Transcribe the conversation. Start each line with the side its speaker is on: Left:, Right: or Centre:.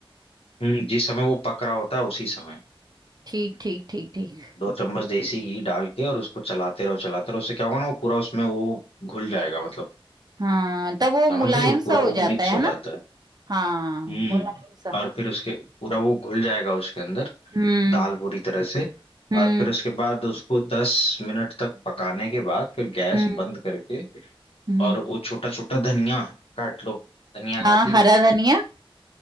Left: हम्म जिस समय वो पक रहा होता है उसी समय
Right: ठीक ठीक ठीक ठीक
Left: दो चम्मच देसी घी डाल के और उसको चलाते रहो चलाते रहो उससे क्या होगा ना वो पूरा उसमें वो घुल जाएगा मतलब
Right: हाँ तब वो
Left: समझ
Right: मुलायम
Left: रही हो
Right: सा
Left: पूरा
Right: हो
Left: वो मिक्स
Right: जाता है
Left: हो जाता
Right: ना
Left: है
Right: हाँ
Left: हम्म
Right: मुलायम सा
Left: और फिर उसके पूरा वो घुल जाएगा उसके अंदर
Right: हम्म
Left: दाल पूरी तरह से
Right: हम्म
Left: और फिर उसके बाद उसको दस मिनट तक पकाने के बाद फिर गैस
Right: हम्म
Left: बंद करके
Right: हम्म
Left: और वो छोटा छोटा धनिया काट लो धनिया खाती
Right: हाँ हरा
Left: हो
Right: धनिया